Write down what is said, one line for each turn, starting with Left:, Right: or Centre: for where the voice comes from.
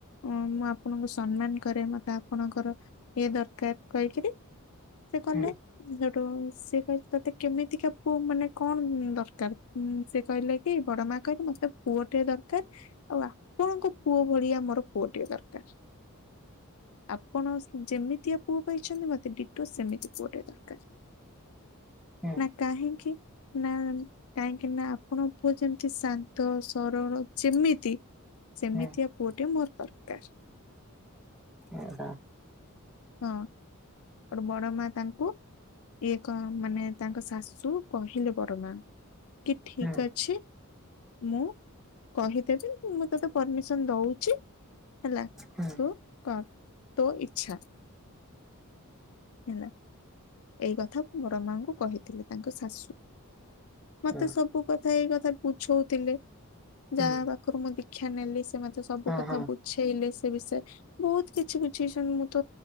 Left: ଅ ମୁଁ ଆପଣଙ୍କୁ ସମ୍ମାନ କରେ, ମତେ ଆପଣଙ୍କର ଇଏ ଦରକାର୍ କହିକିରି ସିଏ କଲେ
Centre: ହୁଁ
Left: <unintelligible> ଟୁ, ସିଏ କହିଲେ ତତେ କେମିତିକା ପୁଅ ମାନେ କଣ ଦରକାର୍ ଉଁ ସିଏ କହିଲେ କି ବଡ ମା କହିଲେ ମତେ ପୁଅ ଟେ ଦରକାର୍। ଆଉ ଆପଣଙ୍କ ପୁଅ ଭଳିଆ ମୋର ପୁଅଟିଏ ଦରକାର୍। ଆପଣ ଯେମିତିଆ ପୁଅ ପାଇଛନ୍ତି ମତେ ଡିଟୋ ସେମିତି ପୁଅଟାଏ ଦରକାର୍।
Centre: ହୁଁ
Left: ନା କାହିଁକି, ନା କାହିଁକିନା ଆପଣ ପୁଅ ଯେମିତି ଶାନ୍ତ ସରଳ ଯେମିତି ସେମିତିଆ
Centre: ହୁଁ
Left: ପୁଅଟିଏ ମୋର ଦରକାର୍।
Centre: <inaudible>
Left: ହଁ। ହୋଉଟୁ ବଡ ମା ତାଙ୍କୁ ଇଏ କଣ ମାନେ ତାଙ୍କ ଶାଶୁ କହିଲେ ବଡ ମାଙ୍କୁ କି ଠିକ୍
Centre: ହୁଁ
Left: ଅଛି ମୁଁ କହିଦେବି ମୁଁ ତୋତେ ପରମିସନ୍ ଦଉଚି ହେଲା,
Centre: ହୁଁ
Left: ତୁ କର୍ ତୋ ଇଚ୍ଛା। ହେଲା। ଏଇ କଥା ମୋ ବଡ଼ମାଙ୍କୁ କହିଥିଲେ ତାଙ୍କ ଶାଶୁ, ମତେ
Centre: ହୁଁ
Left: ସବୁ କ ଥା ଏଇ କଥା ବୁଝଉଥିଲେ,
Centre: ହୁଁ
Left: ଯାହା ପାଖରୁ ମୁଁ ଦୀକ୍ଷା ନେଲି ସେ ମତେ ସବୁକଥା
Centre: ହଁ ହଁ
Left: ବୁ ବୁଝେଇଲେ ସେ ବିଷୟରେ। ବହୁତ୍ କିଛି ବୁଝେଇଛନ୍ତି, ମୁଁ ତ